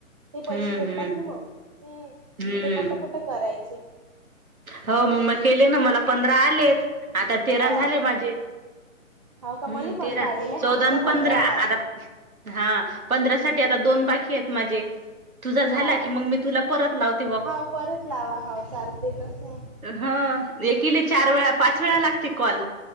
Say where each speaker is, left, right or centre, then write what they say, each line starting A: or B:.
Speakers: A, on the right; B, on the right.
A: ते
B: हम्म
A: पैसे भेटतात
B: हम्म
A: ना मग. हम्म
B: हम्म
A: ते पटापट करायचे. हम्म
B: हो मग केले ना मला पंधरा आलेत आता तेरा
A: हा
B: झाले माझे.
A: हो का
B: हम्म
A: मला पंधरा
B: तीर
A: आलेले
B: चौदा
A: हा माझा पंधरावा
B: पंधरा
A: आहे
B: आता. हा पंधरा साठी आता दोन बाकी आहेत माझे तुझा झाला
A: हा
B: की मग मी तुला. परत लावत.
A: हा परत लावा हा चालते ना फोन.
B: हा एक चार वेळा पाच वेळा लागते कॉल.